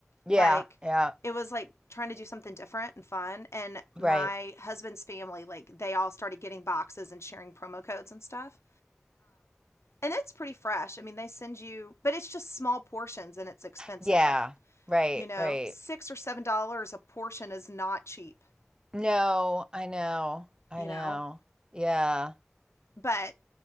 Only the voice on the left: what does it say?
like
it was like trying to do something different and fun and my
husband's family like they all started getting boxes and sharing promo codes and stuff and it's pretty fresh i mean they send you but it's just small portions and it's expensive
you know
six or seven dollars a portion is not cheap
you
know
but